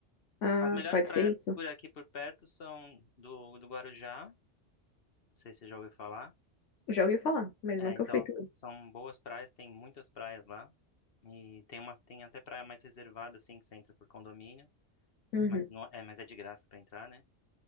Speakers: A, on the left; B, on the left.
A: Ah,
B: as melhores
A: pode
B: praias
A: ser isso?
B: por aqui por perto são do, do Guarujá, não sei se você já ouviu falar.
A: Já ouvi falar, mas
B: É,
A: nunca
B: então
A: fui também.
B: são boas praias, tem muitas praias lá e tem uma tem até praia mais reservada assim que você entra por condomínio,
A: Uhum.
B: mas não é, mas é de graça para entrar, né?